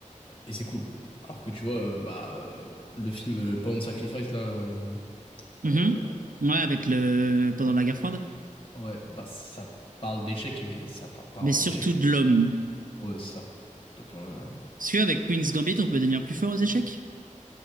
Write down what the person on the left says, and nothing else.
Et c'est cool. Alors que tu vois, euh, bah, euh, le film euh, Pound Sacrifice, là, euh,
euh,
ouais, bah, ça parle d'échecs, mais ça parle pas
vraiment
d'échecs, quoi.
Ouais, c'est ça. Donc, ouais.